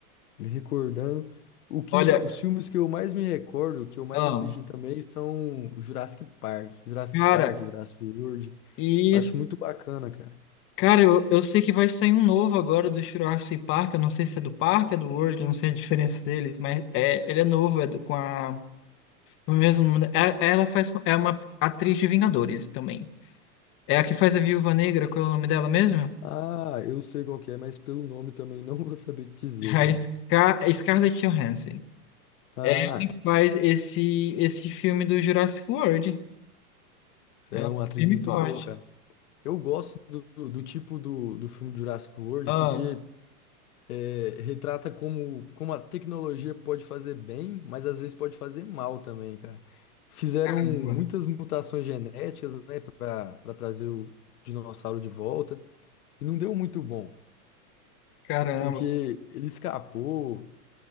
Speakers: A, on the left; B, on the left.
A: me recordando, o que,
B: olha.
A: os filmes que eu mais me recordo, que eu mais
B: Ah,
A: assisti também, são Jurassic Park, Jurassic
B: cara,
A: Park, Jurassic World,
B: e.
A: eu
B: isso-
A: acho muito bacana, cara.
B: Cara, eu, eu sei que vai sair um novo agora do Jurassic Park. Eu não sei se é do parque, é do World, eu não sei a diferença deles, mas é, ele é novo, é do, com a. O mesmo, nome da- é- ela faz. É uma atriz de Vingadores também. É a que faz a Viúva Negra, qual é o nome dela mesmo?
A: Ah, eu sei qual que é, mas pelo nome também não <laughs> vou saber te dizer,
B: A
A: cara.
B: Scar Scarlett Johansson.
A: Ah,
B: Ela faz esse, esse filme do Jurassic World. Ela
A: é
B: é
A: uma atriz
B: firme
A: muito
B: e forte.
A: boa, cara. Eu gosto do, do- do tipo do, do filme Jurassic World
B: Ah,
A: porque é, retrata como, como a tecnologia pode fazer bem, mas às vezes pode fazer mal também, cara. Fizeram
B: caramba,
A: muitas mutações genéticas, né, para para trazer o dinossauro de volta e não deu muito bom,
B: caramba.
A: porque ele escapou.